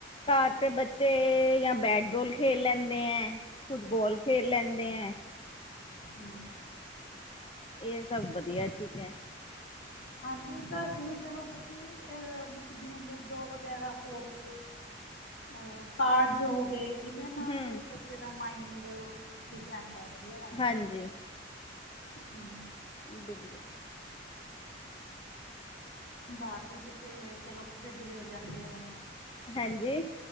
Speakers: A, on the left (about 30°); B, on the left (about 65°).
A: ਘਾਰ ਤੇ ਬੱਚੇ ਏ ਜਾਂ ਬੈਟ-ਬੋਲ ਖੇਲ ਲੇਂਦੇ ਐ ਫੁੱਟ-ਬੋਲ ਖੇਲ ਲੈਂਦੇ ਐ
B: ਹੂੰ
A: ਏ ਸਭ ਵੱਧੀਆ ਚੀਜ਼ਾਂ ਏ
B: ਹਾਂਜੀ, ਘਰ 'ਚ ਵੀ ਚਲੋ, ਬੱਚੇ ਏ ਜਿਵੇਂ ਲੂਡੋ ਵਗੈਰਾ ਹੋ ਗਈ ਅ ਕਾਰਡਜ਼ ਹੋ ਗਏ, ਏਦੇ ਨਾਲ
A: ਹਮ
B: ਵੀ ਬੱਚੇ ਦਾ ਮਾਇੰਡ ਠੀਕ ਰੇਂਦਾ ਵੱਧੀਆ ਰੇਂਦਾ
A: ਹਾਂਜੀ
B: ਹੂ
A: ਬਿਲਕੁਲ
B: ਬਾਰ ਵੀ ਬੱਚੇ ਜੇੜੇ ਚਲੋ ਖੇਡੀ ਹੋ ਜਾਂਦੇ ਨੇ।
A: ਹਾਂਜੀ?